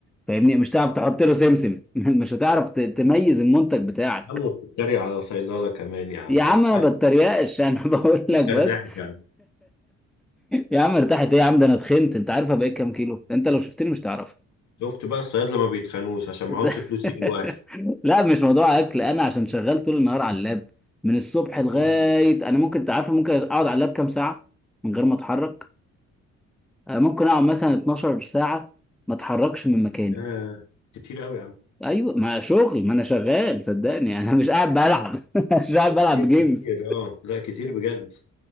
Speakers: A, in the centre; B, on the left.
A: فاهمني مش هتعرف تحط له سمسم <laughs> مش هتعرف ت- تميز المنتج بتاعك
B: عم وبتتريق على صيدله كمان يا عم
A: يا عم
B: وحال
A: ما بتريقش <laughs> انا بقول
B: مش
A: لك بس
B: ارتاحت
A: <laughs>
B: يعني
A: يا عم ارتحت ايه يا عم ده انا اتخنت انت عارف أنا بقيت كام كيلو انت لو شفتني مش تعرف
B: شفت بقى الصيادله ما بيتخانوش عشان
A: بس
B: معهمش فلوس يجيبوا
A: <laughs>
B: اكل
A: لا مش موضوع اكل انا عشان شغال طول النهار على اللاب من الصبح لغايه
B: مم.
A: انا ممكن تعرف ممكن اقعد على اللاب كام ساعه من غير ما اتحرك آه، ممكن اقعد مثلا 12 ساعه ما اتحركش من مكاني
B: آه كتير قوي يا عم
A: ايوه ما شغل ما انا شغال صدقني يعني انا مش قاعد بلعب <laughs> مش قاعد بلعب
B: كتير
A: جيمز
B: كتير اه لا كتير بجد